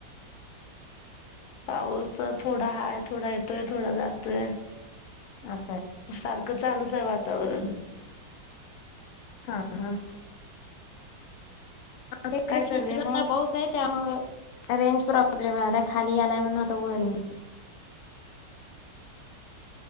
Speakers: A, on the left; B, on the left.
A: पाऊस थोडा हाय थोडा येतोय थोडा जातोय.
B: असं
A: सारखं चालूच आहे वातावरण.
B: हां हां आमच्या
A: काय चाललंय
B: इकडे
A: मग
B: पाऊस आहे त्यामुळं रेंज प्रॉब्लेम यायलाय खाली यालाय म्हणून आता वर येऊन बसलोय.